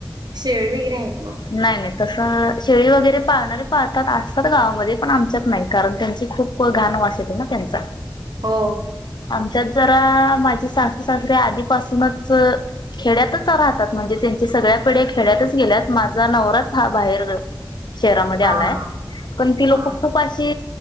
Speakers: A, on the right; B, on the left.
A: शेळी वगैरे आहेत मग
B: नाही नाही तसं शेळी वगैरे पाहणारे पाहतात असतात गावामध्ये पण आमच्यात नाही कारण त्यांचे खूप गाण वास येते ना त्यांच
A: हो
B: आमच्यात जरा माझी सासू सासरीे आधीपासूनच खेड्यातच राहतात म्हणजे त्यांची सगळ्या पिढ्या खेड्यातच गेल्यात माझा नवराच हा बाहेर ग शहरामध्ये
A: हा
B: आलाय
A: हा
B: पण ती लोक
A: हा
B: खूप अशी